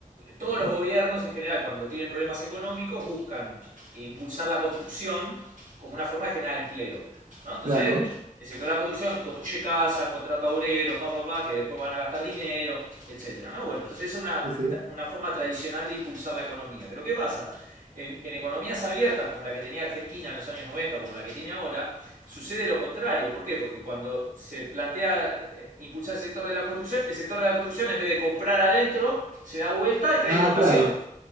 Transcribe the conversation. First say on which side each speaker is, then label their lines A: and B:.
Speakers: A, on the right (about 65°); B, on the right (about 75°).
A: todos
B: ya,
A: los gobiernos en general, cuando tienen problemas económicos, buscan impulsar la construcción como una forma de generar empleo. ¿no? Entonces,
B: claro.
A: el sector de la construcción construye casas, contrata obreros, pa, pa, pa, que después van a gastar dinero, etcétera. ¿no? Bueno, entonces es una,
B: Sí, sí.
A: una forma tradicional de impulsar la economía. Pero ¿qué pasa? En, en economías abiertas, como la que tenía Argentina en los años 90, como la que tiene ahora, sucede lo contrario. ¿Por qué? Porque cuando se plantea eh, impulsar el sector de la construcción, el sector de la construcción, en vez de comprar adentro, se da vuelta y trae
B: Ah,
A: importaciones,
B: claro,